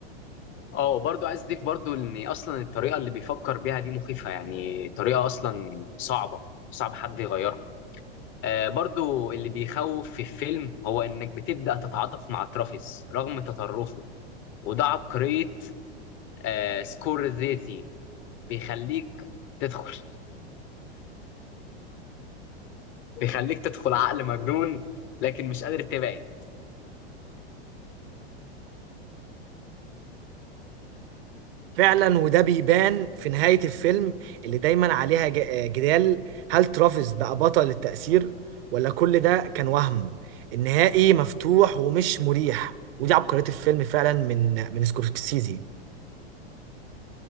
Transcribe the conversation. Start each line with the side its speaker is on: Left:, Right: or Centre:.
Left: اه برضو عايز أضيف برضو إن أصلا الطريقة اللي بيفكر بيها دي مخيفة يعني طريقة أصلا صعبة صعب حد يغيرها آه برضو اللي بيخوف في الفيلم هو إنك بتبدأ تتعاطف مع ترافيس رغم تطرفه وده عبقرية آه سكورسيزي بيخليك تدخل بيخليك تدخل عقل مجنون لكن مش قادر تبعد
Right: فعلا وده بيبان في نهايه الفيلم اللي دايما عليها ج- جدال هل ترافيس بقى بطل التأثير ولا كل ده كان وهم النهائي مفتوح ومش مريح ودي عبقريه الفيلم فعلا من من سكورسيزي